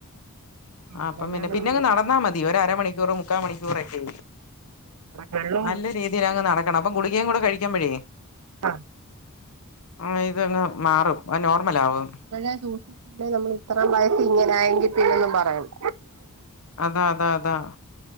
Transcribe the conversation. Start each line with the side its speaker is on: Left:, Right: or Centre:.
Right: അങ്ങനെങ്ങാനും
Left: ആഹ് അപ്പം പിന്നെ പിന്നെങ്ങ് നടന്നാ മതി ഒരു അരമണിക്കൂറ് മുക്കാ മണിക്കൂറ് ഒക്കെ
Right: വെള്ളവും
Left: നല്ല രീതി തീലങ്ങ് നടക്കണം അപ്പൊ ഗുളികയും കൂടെ കഴിക്കുപ്പോഴേ
Right: ആ
Left: ആഹ് ഇതൊന്ന് മാറും ആ നോർമൽ ആവും
Right: ഇപ്പോഴേ സൂക്ഷിച്ചില്ലെങ്കി നമ്മൾ ഇത്രയും പ്രായത്തിൽ നമ്മൾ ഇങ്ങനെ ആയെങ്കിൽ പിന്നൊന്നും പറയണ്ട
Left: അതാ അതാ അതാ